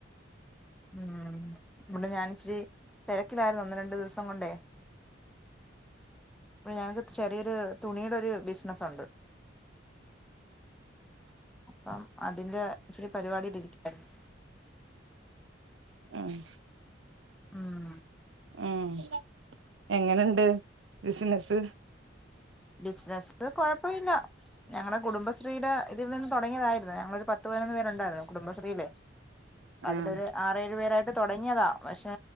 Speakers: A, in the centre; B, on the right.
A: ഉം ഇവിടെ ഞാൻ ഇച്ചിരി തിരക്കിലായിരുന്നു ഒന്ന് രണ്ടു ദിവസം കൊണ്ടേ ഇ ഞങ്ങക്ക് ചെറിയൊരു തുണിയുടെ ഒരു ബിസിനസ്സ ഉണ്ട് അപ്പം അതിന്റെ ഇച്ചരി പരിപാടിയിലിരിക്കുവായിരുന്നു
B: ആഹ്
A: ഉം
B: ഉം എങ്ങനെ ഉണ്ട് ബിസിനസ്സ്
A: ബിസിനസ് കൊഴപ്പമില്ല ഞങ്ങളുടെ കുടുംബശ്രീയുടെ ഇതിൽ നിന്ന് തുടങ്ങിയതായിരുന്നു ഞങ്ങള ഒരു പത്ത് പതിനൊന്ന് പേരുണ്ടായിരുന്നു കുടുംബശ്രീയിലെ അതിലൊരു
B: ഉം
A: ആറേഴു പേരായിട്ട് തുടങ്ങിയതാ പക്ഷെ